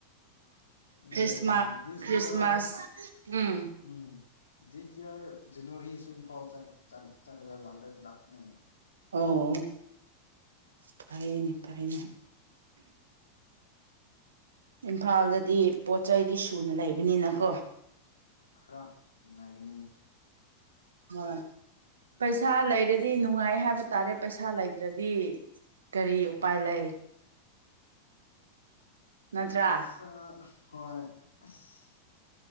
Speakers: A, on the left; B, on the right.
A: um
B: Christmas
A: this
B: Christmas
A: year
B: um
A: um this year ꯖꯅꯋꯥꯔꯤꯁꯨ ꯏꯝꯐꯥꯜ ꯆꯠ ꯆꯠ ꯆꯠꯔꯒ ꯂꯥꯛꯔ ꯂꯥꯛꯀꯅꯤ
B: ꯑꯣ ꯐꯩꯌꯦꯅꯦ ꯐꯩꯌꯦꯅꯦ ꯏꯝꯐꯥꯜꯗꯗꯤ ꯄꯣꯠ ꯆꯩꯗꯤ ꯁꯨꯅ ꯂꯩꯕꯅꯤꯅꯀꯣ
A: ꯈꯔ ꯅꯨꯡꯉꯥꯏꯒꯅꯤ
B: ꯍꯣꯏ ꯄꯩꯁꯥ ꯂꯩꯔꯗꯤ ꯅꯨꯡꯉꯥꯏ ꯍꯥꯏꯕ ꯇꯥꯔꯦ ꯄꯩꯁꯥ ꯂꯩꯇ꯭ꯔꯗꯤ ꯀꯔꯤ ꯎꯄꯥꯏ ꯂꯩ ꯅꯠꯇ꯭ꯔꯥ
A: ꯄꯩꯁꯥ ꯍꯣꯢ ꯑꯁ